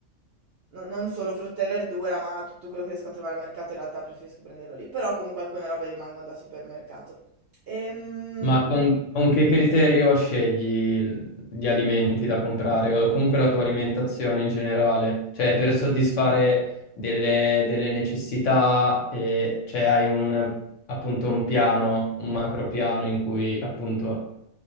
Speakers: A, on the right; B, on the left.
A: no- non solo frutta e verdura, ma tutto quello che riesco a trovare al mercato in realtà preferisco prenderlo lì, però comunque alcune robe rimangono da supermercato. Ehm,
B: Ma con, con che criterio scegli gli alimenti da comprare o comunque la tua alimentazione in generale? Cioè, per soddisfare delle, delle necessità, e, cioè hai un, appunto un piano, un macro piano in cui appunto